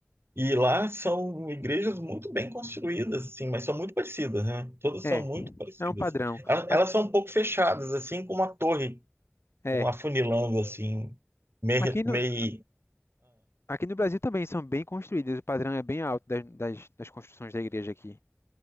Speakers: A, on the right (about 60°); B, on the left (about 70°).
A: E lá são igrejas muito bem construídas, assim, mas são muito parecidas, né? Todas
B: É,
A: são muito parecidas.
B: é um padrão.
A: Elas,
B: Aqui,
A: elas são um pouco fechadas, assim, com uma torre,
B: é,
A: um afunilando, assim, meio,
B: aqui no,
A: meio,
B: aqui no Brasil também são bem construídas, o padrão é bem alto das, das, das construções da igreja aqui.